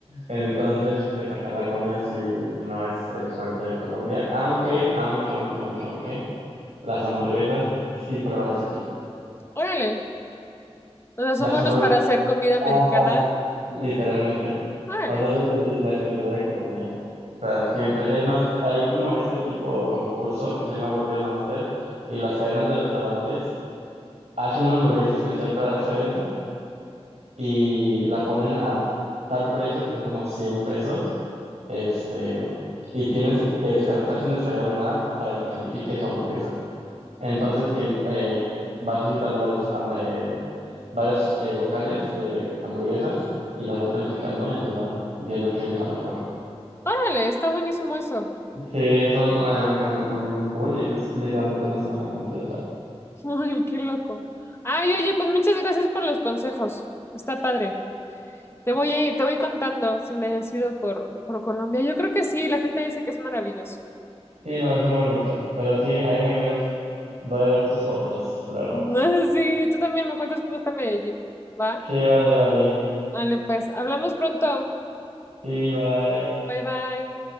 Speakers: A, on the right; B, on the left.
A: Entonces, pues ajá, la comida sí no es el fuerte de Colombia. Aunque, aunque, aunque, aunque, aunque, las hamburguesas sí pruébalas aquí.
B: <laughs> Órale, O sea, son
A: Las
B: buenos
A: hamburguesas.
B: para hacer comida americana.
A: Ah, Ajá, literalmente.
B: Órale,
A: O sea, es la, espe- la especialidad de Colombia. O sea, siempre. Es más, hay como este tipo de concurso que se llama Burger Master y las cadenas de restaurantes hacen una hamburguesa especial para ese evento y la ponen a tal precio que son como 100 pesos. Este, y tienes que descargar, te hacen descargar una app para que califique su hamburguesa. Entonces, quien eh, vas visitando varios, am- eh, varios eh, locales de hamburguesas y las vas calificando, entonces van viendo quién es la mejor.
B: órale, está buenísimo eso.
A: Sí, es un- una dinámica muy, muy, muy cool y es literalmente una semana completa.
B: <laughs> Ay, qué loco. Ay, oye, pues muchas gracias por los consejos. Está padre. Te voy, a- te voy contando si me decido por, por Colombia. Yo creo que sí, la gente dice que es maravilloso.
A: Sí, no, es muy bonito. Pero sí, ahí me miras. Voy a ver tus fotos luego.
B: <laughs> Sí, tú también me cuentas cómo está Medellín, ¿va?
A: Sí, vale, vale.
B: Vale, pues, hablamos pronto.
A: Sí, bye.
B: Bye, bye.